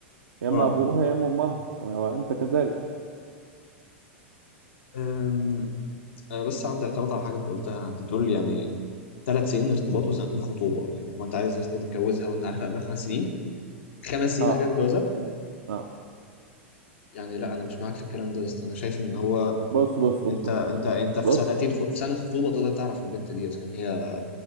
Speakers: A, on the right; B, on the left.
A: يا اما
B: اه
A: ابوها يا اما امها وانت كذلك
B: أم، آه، بس عندي اعتراض على حاجه انت قلتها انت بتقول يعني ثلاث سنين ارتباط وسنتين خطوبه يعني هو انت عايز يا اسطى تتجوزها وانت عارفها قبلها خمس سنين خمس سنين
A: اه
B: بعد كده تتجوزها
A: آه.
B: يعني لا انا مش معاك في الكلام ده يا اسطى انا شايف ان هو
A: بص بص بص
B: انت
A: بص
B: انت
A: بص
B: انت
A: بص
B: في
A: بص
B: سنتين خ... في سنه خطوبه تقدر تعرف البنت دي اذا كان هي